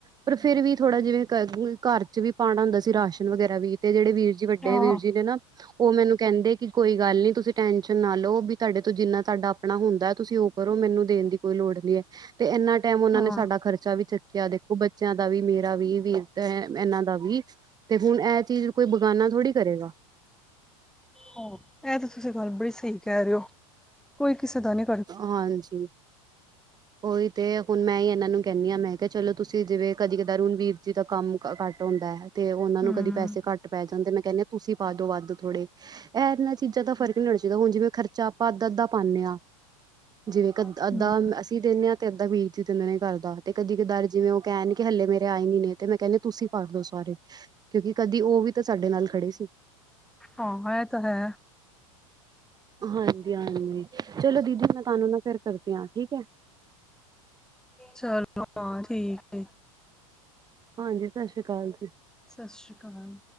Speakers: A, on the right (about 20°); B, in the centre.
A: ਪਰ ਫੇਰ ਵੀ ਥੋੜਾ ਜਿਵੇਂ ਘਰ ਘਰ ਚ ਵੀ ਪਾਨਾ ਹੁੰਦਾ ਸੀ ਤੇ ਰਾਸ਼ਨ ਵਗੈਰਾ ਵੀ ਤੇ ਜੇਹੜੇ ਵੀਰ ਜੀ ਵੱਡੇ
B: ਹਾਂ
A: ਵੀਰ ਜੀ ਨੇ ਨਾ ੳਨਾ ਨੂੰ ਕਹੰਦੇ ਕਿ ਕੋਈ ਗੱਲ ਨੀ ਤੁਸੀ ਟੈਨਸ਼ਨ ਨਾ ਲੋ ਵੀ ਤਾਡੇ ਤੋਂ ਜਿੰਨਾ ਤਾਡਾ ਆ ਪਨਾ ਹੁੰਦਾ ਤੁਸੀ ੳਹ ਕਰੋ ਮੈਨੂੰ ਦੇਨ ਦੀ ਕੋਈ ਲੋੜ ਨਈ ਹੈ। ਤੇ ਏਨਾ ਟੈਮ ੳਨਾਂ
B: ਹਾਂ
A: ਨੇ ਸਾਡਾ ਖਰਚਾ ਵੀ ਚੱਕਿਆ ਦੇਖੋ ਬੱਚਿਆਂ ਦਾ ਵੀ, ਮੇਰਾ ਵੀ ਵੀਰ ਤੇ ਏ ਏਨਾਂ ਦਾ ਵੀ ਤੇ ਹੁਣ ਏਹ ਚੀਜ਼ ਕੋਈ ਬਗਾਨਾ ਥੋੜੀ ਕਰੇਗਾ।
B: ਹਾਂ ਏਹ ਤਾ ਤੁਸੀਂ ਗੱਲ ਬੜੀ ਸਹੀ ਕਹ ਰਹੇ ੳ, ਕੋਈ ਕਿਸੇ ਦਾ ਨਈ
A: ਹਾਂਜੀ। ੳਹੀ ਤੇ ਹੁਣ ਮੈਂ ਈ ਏਨਾਂ ਨੂੰ ਕਹਨੀ ਆ, ਮੈਂ ਕਿਹਾ ਚਲੋ ਤੁਸੀਂ ਜਿਵੇਂ ਕਦੀ ਕਦਾਰ ਹੁਣ ਵੀਰ ਜੀ ਦਾ ਕੰਮ ਘੱਟ ਹੁੰਦਾ ਤੇ ੳਨਾਂ
B: ਹਮ।
A: ਨੂੰ ਕਦੀ ਪੈਸੇ ਘੱਟ ਪੈ ਜਾਂਦੇ ਮੈਂ ਕਹਨੀ ਆ ਤੁਸੀਂ ਪਾ ਦੋ ਵੱਧ ਥੋੜੇ ਏ ਏਨਾਂ ਚੀਜ਼ਾਂ ਦਾ ਫ਼ਰਕ ਨੀ ਹੋਨਾ ਚਾਹੀਦਾ, ਹੁਣ ਜਿਵੇਂ ਖਰਚਾ ਆਪਾਂ ਅੱਧਾ-ਅੱਧਾ ਪਾਣੇ ਆ, ਜਿਵੇਂ ਕਦ
B: ਹਮ।
A: ਅੱਧਾ ਮ ਅਸ ਦਿਨੇ ਆ ਤੇ ਅੱਧਾ ਵੀਰ ਜੀ਼ ਦਿੰਦੇ ਨੇ ਘਰ ਦਾ ਤੇ ਕਦੀ ਕਦਾਰ ਜਿਵੇਂ ਉਹ ਕਹਨ ਕਿ ਹਲੇ ਮੇਰੇ ਆਏ ਨੀ ਨੇ ਤੇ ਮੈਂ ਕਹਨੀ ਤੁਸੀਂ ਪਾ ਦੋ ਸਾਰੇ, ਕਿਉਂਕਿ ਕਦੀ ੳਹ ਵੀ ਤਾਂ ਸਾਡੇ ਨਾਲ ਖੜੇ ਸੀ।
B: ਹਾਂ ਏਹ ਤਾਂ ਹੈ।
A: ਹਾਂਜੀ ਹਾਂਜੀ। ਚਲੋ ਦੀਦੀ ਮੈਂ ਤੁਹਾਨੂੰ ਨਾ ਫੇਰ ਕਰਦੀ ਹਾਂ, ਠੀਕ ਹੈ।
B: ਚਲੋ ਹਾਂ ਠੀਕ ਏ।
A: ਹਾਂਜੀ ਸਤਿ ਸ਼੍ਰੀ ਅਕਾਲ ਜੀ।
B: ਸਤਿ ਸ਼੍ਰੀ ਅਕਾਲ।